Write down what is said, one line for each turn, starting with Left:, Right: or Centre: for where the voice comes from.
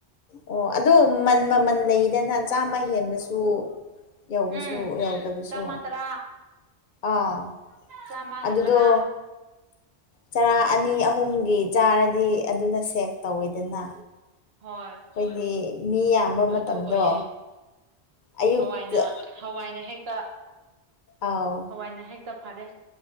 Left: ꯑꯣ ꯑꯗꯨ ꯃꯟ ꯃꯃꯜ ꯂꯩꯗꯅ ꯆꯥꯝꯃ ꯍꯦꯟꯕꯁꯨ ꯌꯧꯕꯁꯨ
Right: ꯎꯝ
Left: ꯌꯥꯎꯗꯕꯁꯨ
Right: ꯆꯥꯝꯃ ꯇꯔꯥ
Left: ꯑꯥ
Right: ꯆꯝꯒꯠꯇꯔ
Left: ꯑꯗꯨꯗꯣ ꯆꯔꯥ ꯑꯅꯤ ꯑꯍꯨꯝꯒꯤ ꯆꯥꯔꯗꯤ ꯑꯗꯨꯅ ꯁꯦꯚ ꯇꯧꯋꯦꯗꯅ
Right: ꯍꯣꯏ
Left: ꯑꯩꯈꯣꯏꯗꯤ ꯃꯤ ꯌꯥꯝꯕ ꯃꯇꯝꯗꯣ
Right: ꯑꯗꯨ ꯑꯣꯏꯌꯦ
Left: ꯑꯌꯨꯛꯇ
Right: ꯍꯋꯥꯏꯅ ꯍꯋꯥꯏꯅ ꯍꯦꯛꯇ
Left: ꯑꯥꯎ
Right: ꯍꯋꯥꯏꯅ ꯍꯦꯛꯇ ꯐꯔꯦ